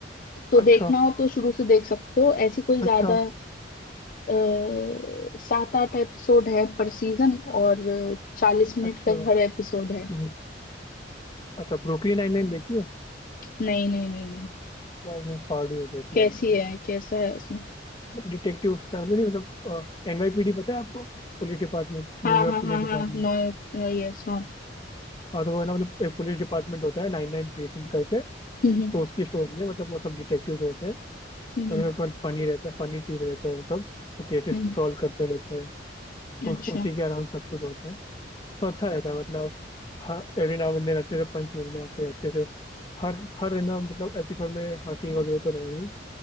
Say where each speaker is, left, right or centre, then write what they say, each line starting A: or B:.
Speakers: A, on the left (about 45°); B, on the left (about 25°).
A: तो
B: अच्छा
A: देखना हो तो शुरू से देख सकते हो ऐसी कोई ज्यादा
B: अच्छा
A: अ, सात आठ एपिसोड है पर सीजन और चालीस मिनट
B: अच्छा
A: का हर एपिसोड है
B: हम्म, अच्छा ब्रुकलिन नाइन नाइन देखी है
A: नहीं नहीं नहीं नहीं
B: यार वो फाड़ू है देखना
A: कैसी
B: है एक बार।
A: है कैसा है उसमें
B: मतलब डिटेक्टिव उसका मतलब नहीं मतलब एनवाईपीडी पता है आपको police department
A: हाँ
B: New York
A: हाँ
B: police
A: हाँ
B: department
A: हाँ नो यस हाँ
B: हाँ तो वो है ना मतलब एक पुलिस डिपार्टमेंट होता है नाइन नाइन प्रीसिंट करके
A: हम्म हम्म
B: तो उसकी स्टोरी है मतलब वो सब डिटेक्टिव रहते हैं
A: हम्म
B: और उसमें मतलब फनी रहता है फनी चीज रहता है मतलब तो केसेस
A: हम्म, हम्म,
B: सॉल्व करते रहते हैं तो
A: अच्छा
B: उस- उसी के अराउंड सब कुछ होता है तो अच्छा रहता है मतलब हर एवरी नाउ एंड देन अच्छे से पंच मिलने आते हैं अच्छे से हर हर है ना मतलब एपिसोड में हंसी वगैरह तो रहेगा ही